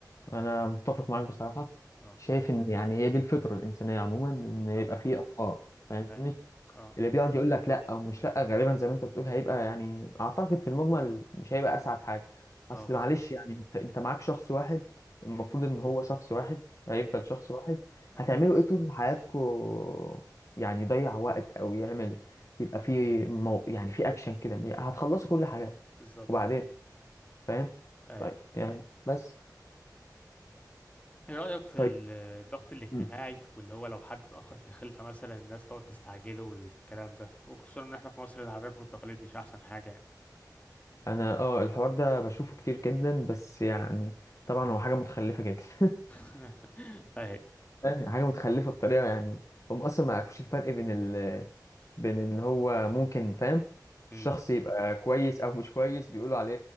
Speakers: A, on the left (about 45°); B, on the left (about 20°).
A: انا متفق معاك بصراحه
B: اه
A: شايف ان يعني هي دي الفطره الانسانيه عموما ان
B: بالظبط
A: يبقى فيه اطفال فاهمني
B: اي اه
A: اللي بيقعد يقول لك لا او مش لا غالبا زي ما انت بتقول هيبقى يعني اعتقد في المجمل مش هيبقى اسعد حاجه
B: اه
A: اصل
B: بالظبط
A: معلش يعني انت انت معاك شخص واحد المفروض
B: أمم،
A: ان هو شخص واحد هيفضل
B: اي
A: شخص واحد
B: اي
A: هتعملوا ايه طول حياتكو يعني يضيع وقت او يعمل يبقى فيه مو... يعني في اكشن كده هتخلصوا كل حاجه
B: بالظبط
A: وبعدين فاهم
B: اي
A: طيب يعني بس
B: ايه رأيك في
A: طيب.
B: ال- الضغط الاجتماعي
A: مم.
B: واللي هو لو حد اتأخر في الخلفة مثلا الناس تقعد تستعجله والكلام ده وخصوصا ان احنا في مصر العادات والتقاليد مش احسن حاجة يعني
A: انا اه الحوار ده بشوفه كتير جدا بس يعني طبعا هو حاجه متخلفه جدا <laughs>
B: <laughs> اهي
A: فاهم؟ حاجه متخلفه بطريقه يعني هم اصلا ما يعرفوش الفرق بين ال بين ان هو ممكن فاهم الشخص
B: أمم.
A: يبقى كويس او مش كويس بيقولوا عليه